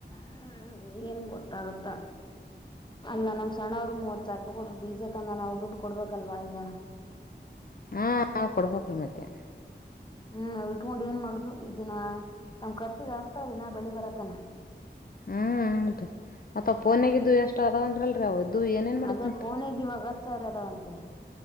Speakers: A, on the left; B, on the left.
A: ಹ್ಮ್ ಏನ್ ಗೊತ್ತಾಗತ್ತ ಅಲ್ಲ ನಮ್ ಸಣವ ಮೂವತ್ ಸಾವಿರ ರೂಪಾಯಿ ಕೊಟ್ಟು ಬೀಜ ತಂದ ನಾವು ದುಡ್ಡು ಕೊಡ್ಬೇಕಲ್ವಾ ಈಗ
B: ಹಾ ನ ಕೊಡ್ಬೇಕ್ರೀ ಮಧ್ಯಾಹ್
A: ಹ್ಮ್ ಇಟ್ಕೊಂಡು ಏನ್ ಮಾಡುದು ಇದ ದಿನ ತಮ್ ಖರ್ಚಿಗೆ ಆಗ್ತಾವ್ರಿ ನಾ ಬೆಳಿ ಬರತನ
B: ಹ್ಮ್ ಹದ ಮತ್ತತ್ಪ್ಪ ನ್ಾಗಿದ್ದದು ಎಷ್ಟು ಅದಾವ ಅಂದ್ರಲ್ರಿ ಅವ್ದ ಏನೇಏನ್ ಮಾಡಿದ್ನತ್ರ
A: ಅದೇ ಫೋನಿಗೆ ಇವಾಗ ಹತ್ ಸಾವಿರ ಅದಾವಂತೆ